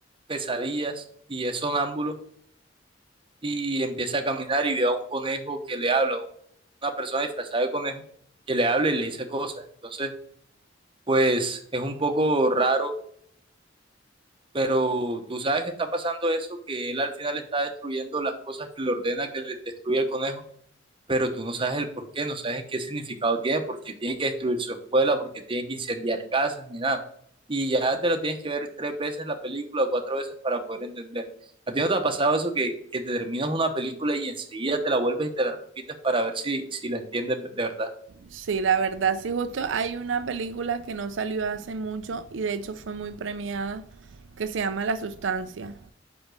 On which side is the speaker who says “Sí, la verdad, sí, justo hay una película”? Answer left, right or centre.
Right